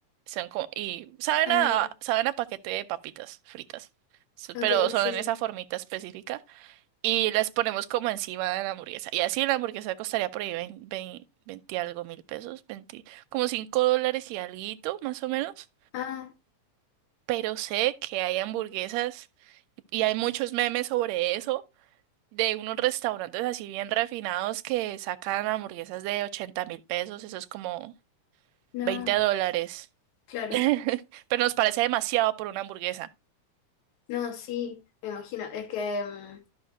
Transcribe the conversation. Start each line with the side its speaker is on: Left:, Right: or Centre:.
Right: Son como y saben
Left: ah,
Right: a saben a paquete de papitas fritas. so-
Left: ok,
Right: Pero son
Left: sí,
Right: en
Left: sí.
Right: esa formita específica y las ponemos como encima de la hamburguesa. Y así la hamburguesa costaría por ahí veinte veinte algo mil pesos, 20 como 5 dólares y alguito, más o menos
Left: Ah,
Right: pero sé que hay hamburguesas y hay muchos memes sobre eso, de unos restaurantes así bien refinados que sacan hamburguesas de ochenta mil pesos, eso es como
Left: no,
Right: 20 dólares.
Left: claro,
Right: <laughs> Pero nos parece demasiado por una hamburguesa.
Left: no, sí, me imagino, es que mm,